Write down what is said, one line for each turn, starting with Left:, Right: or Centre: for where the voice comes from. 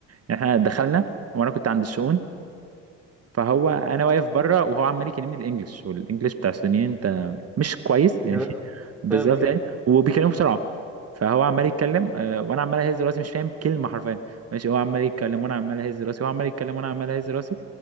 Right: يعني احنا دخلنا وانا كنت عند الشؤون فهو انا واقف بره وهو عمال يكلمني بالانجلش والانجلش بتاع السودانيين انت مش كويس
Centre: <laughs>
Right: يعني
Centre: كده
Right: <laughs> بالظبط
Centre: فاهمك
Right: يعني
Centre: أي
Right: وبيكلموا بسرعه فهو عمال يتكلم آه، وانا عمال اهز راسي مش فاهم كلمه حرفيا ماشي هو عمال يتكلم وانا عمال اهز راسي هو عمال يتكلم وانا عمال اهز راسي